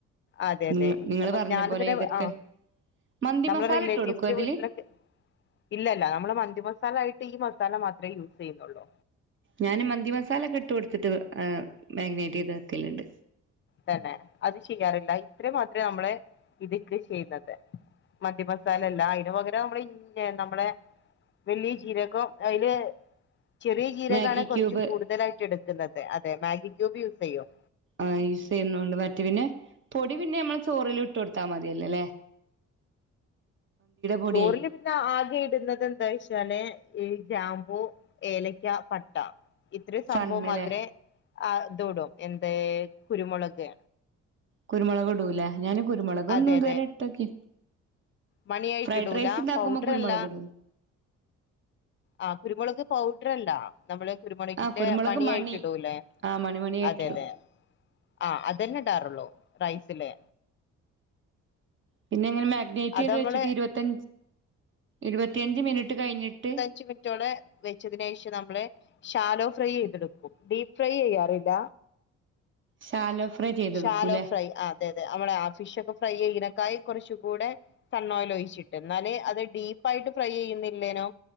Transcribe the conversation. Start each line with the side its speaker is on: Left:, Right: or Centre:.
Left: അതെ അതെ
Right: ഉം നിങ്ങള്
Left: അപ്പോ
Right: പറഞ്ഞ
Left: ഞാന
Right: പോലെ
Left: ഇതിനെ
Right: ഇതൊക്കെ
Left: ആഹ്.
Right: മന്തി
Left: നമ്മളെ
Right: മസാല
Left: റിലേറ്റീവ്സിന്റെ
Right: ഇട്ട് കൊടുക്കോ അതില്
Left: വീട്ടിലൊക്കെ. ഇല്ലല്ല നമ്മള് മന്തി മസാലായിട്ട് ഈ മസാല മാത്രേ യൂസ് ചെയ്യുന്നുള്ളൂ.
Right: ഞാൻ മന്തി മസാലക്കെട്ട് കൊട്ത്തിട്ട് ഏഹ് മാഗ്നേറ്റ് ചെയ്ത് വെക്കല്ണ്ട്.
Left: തന്നെ അത് ചെയ്യാറില്ല ഇത്ര മാത്രേ നമ്മള് ഇതീക്ക് ചെയ്യുന്നത്. മന്തി മസാല അല്ല അയിന് പകരം നമ്മള് ഇ നമ്മളെ വലിയ ചീരകം അയില് ചെറിയ ജീരകാണ്
Right: മാഗി
Left: കെറ്ച്ച്
Right: ക്യൂബ്
Left: കൂടുതലായിട്ട് എടുക്കുന്നത് അതെ മാഗി ക്യൂബ് യൂസെയ്യും.
Right: ആഹ് യൂസ് ചെയ്യുന്നുണ്ട് മറ്റേ പിന്നെ പൊടി പിന്നെ നമ്മളെ ചോറില് ഇട്ടു കൊടുത്താമതില്ലേ അല്ലേ? പൊടിയേ
Left: ചോർല്. ഞാ ആകെ ഇട്ന്നത് എന്തായ്ച്ചാല് ഈ ഗ്രാമ്പൂ ഏലക്ക പട്ട. ഇത്രേ സംഭവം
Right: സണ്ണിലെ
Left: മാത്രേ ആഹ് ഇതുടും എന്ത് കുരുമുളക്.
Right: കുരുമുളകും ഇടൂലെ ഞാന് കുരുമുളക്
Left: അതെ
Right: ഒന്നും ഇതുവരെ
Left: അതെ
Right: ഇട്ടോക്കി
Left: മണിയായിട്ടിടൂല
Right: ഫ്രൈഡ് റൈസ് ഇണ്ടാക്കുമ്പോ
Left: പൗഡർ
Right: കുരുമുളക്
Left: അല്ല
Right: ഇടും.
Left: ആഹ് കുരുമുളക് പൗഡറ്ണ്ടോ? നമ്മളെ കുരുമുളകിന്റെ
Right: ആഹ് കുരുമുളക്
Left: മണിയായിട്ട്
Right: മണി
Left: ഇടൂല്ലേ
Right: ആഹ് മണിമണിയായിട്ടിടും
Left: അതെ അതെ. ആഹ് അതന്നെ ഇടാറുള്ളൂ റൈസില്.
Right: പിന്നെ ഇങ്ങനെ മാഗ്നേറ്റ്
Left: അത്
Right: ചെയ്ത്
Left: നമ്മള്
Right: വെച്ചിട്ട് ഇരുപത്ത ഇരുപത്തിയഞ്ച് മിനിറ്റ് കഴിഞ്ഞിട്ട്.
Left: ച്ച് കിറ്റോളെ. വെച്ചതിനേഷം നമ്മള് ശാലോ ഫ്രൈ ചെയ്തെടുക്കും ഡീപ്പ് ഫ്രൈ ചെയ്യാറില്ല.
Right: ശാലോ ഫ്രൈ ചെയ്തെടുക്കൂല്ലേ
Left: ശാലോ ഫ്രൈ ആഹ് അതെ അതെ നമ്മടെ ആ ഫിഷ് ഒക്കെ ഫ്രൈ ചെയ്യനേക്കായും കുറച്ച് കൂടെ കണ്ണോല ഒഴിച്ചിട്ട് എന്നാലേ അത് ഡീപ്പായിട്ട് ഫ്രൈ ചെയ്യുന്നില്ലേനോ